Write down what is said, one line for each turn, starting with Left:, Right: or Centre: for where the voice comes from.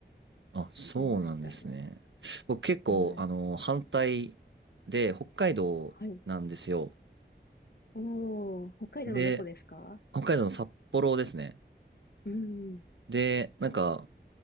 Right: あ、あ、そうなんですね。
Left: いましたね。
Right: 僕結構、
Left: はい。
Right: あの、反対で、北海道なんですよ。
Left: はい。おー、北海道のどこですか
Right: で、北海道の札幌ですね。
Left: うん。
Right: で、なんか、